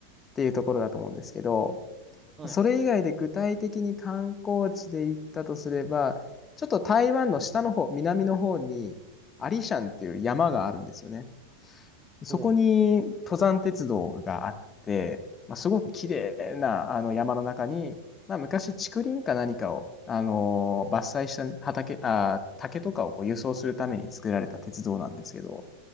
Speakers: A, on the left; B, on the right.
A: っていうところだと思うんですけど、
B: はい。
A: それ以外で具体的に観光地で行ったとすれば、ちょっと台湾の下の方、南の方に、アリシャンっていう山があるんですよね。そこに登山鉄道があって、
B: おう
A: まあ、すごく綺麗なあの山の中に、まあ、昔竹林か何かを、あのー伐採したね畑、あー、竹とかをこう輸送するために作られた鉄道なんですけど、